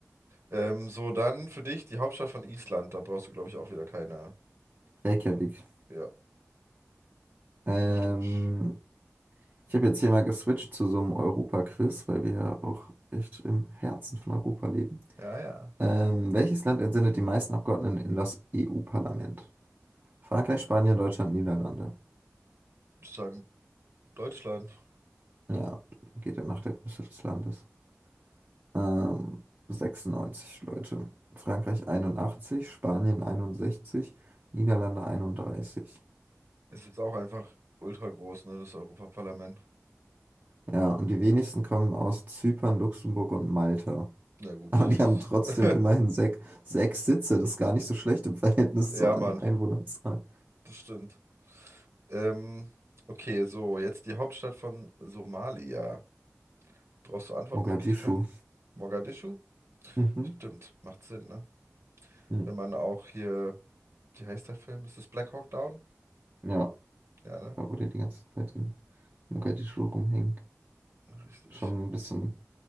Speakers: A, on the right; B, on the right.
A: Ähm, so, dann für dich die Hauptstadt von Island. Da brauchst du, glaube ich, auch wieder keine.
B: Reykjavik.
A: Ja,
B: Ähm,
A: richtig.
B: ich habe jetzt hier mal geswitcht zu so einem Europa-Quiz, weil wir ja auch echt im Herzen von Europa leben.
A: Ja, ja.
B: Ähm, welches Land entsendet die meisten Abgeordneten in das EU-Parlament? Frankreich, Spanien, Deutschland, Niederlande.
A: Sozusagen Deutschland.
B: Ja, geht ja nach der Größe des Landes. Ähm, 96 Leute. Frankreich 81, Spanien 61, Niederlande 31.
A: Es ist auch einfach ultra groß, ne, das Europaparlament.
B: Ja, und die wenigsten kommen aus Zypern, Luxemburg und Malta.
A: Na
B: <laughs>
A: gut.
B: Aber die haben trotzdem
A: <laughs>
B: immerhin sech, sechs Sitze. Das ist gar nicht so schlecht im <laughs> Verhältnis
A: Ja,
B: zur
A: Mann,
B: An- Einwohnerzahl.
A: das stimmt. Ähm, okay, so, jetzt die Hauptstadt von Somalia. Brauchst du Antwortmöglichkeiten?
B: Mogadischu.
A: Mogadischu?
B: Mhm.
A: Stimmt, macht Sinn, ne?
B: Hm.
A: Wenn man auch hier, wie heißt der Film? Ist es Black Hawk Down?
B: Ja,
A: Ja, ne?
B: da wo die die ganze Zeit in Mogadischu rumhängen.
A: Richtig.
B: Schon ein bisschen.